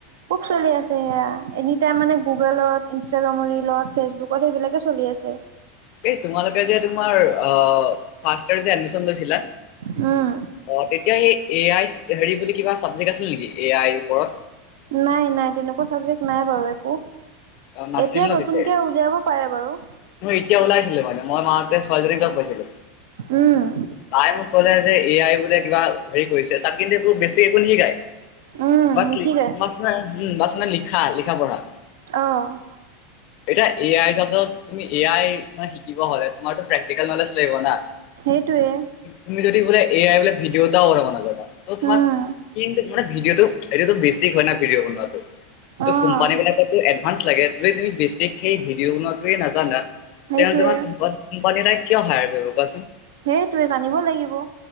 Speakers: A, on the right; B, on the left.
A: খুব চলি আছে সেয়া এনি টাইম মানে গুগলত ইনষ্টাগ্ৰামৰ ৰিলত। ফেচবুকত সেইবিলাকে চলি আছে।
B: এই তোমালোকে যে তোমাৰ ফাষ্ট ইয়েৰ যে এডমিশন লৈছিলা
A: হম।
B: অ', তেতিয়া সেই এ আই হেৰি বুলি কিবা চাবজেক্ট আছিল নেকি এ আইৰ ওপৰত।
A: নাই নাই তেনেকুৱা চাব্জেকট নাই বাৰু একো।
B: অ নাছিল
A: এতিয়া
B: ন
A: নতুনকে
B: তেতিয়া
A: উলিয়াব পাৰে বাৰু।
B: মোৰ এতিয়া ওলাইছিলে মানে মই মাহতে ছোৱালীক লগ পাইছিলো
A: উম।
B: তাই মোক ক'লে যে এ আই বোলে কিবা হেৰি কৰিছে তাত কিন্তু একো বেছি একো নিশিকাই।
A: উম,
B: বা
A: নিশিকায়,
B: ম মে উম বা মানে লিখা লিখা পঢ়া
A: অ'।
B: এতিয়া এ আই চ তুমি এ আই শিকিব হলে তোমাৰতো প্ৰেক্টিকেল নলেজ লাগিব না।
A: সেইটোৱে,
B: তুমি যদি বোলে এ আই বোলে ভিডিঅ' দও কৰিব নাজানা ত তোমাক
A: উম।
B: মানে ভিডিঅ'টোটো বেচিক হয় না ভিডিঅ' বনোৱাটো, ত'
A: অ',
B: কোম্পানি ভান লাগে যদি তুমি বেছিক সেই ভিডিঅ বনোৱাটোৱে নাজানা
A: সেইটোৱে,
B: তেনে তোমাৰ কোম্পানী তাই কিয় হায়াৰ কৰিব কোৱাচোন।
A: সেইটোৱে জানিব লাগিব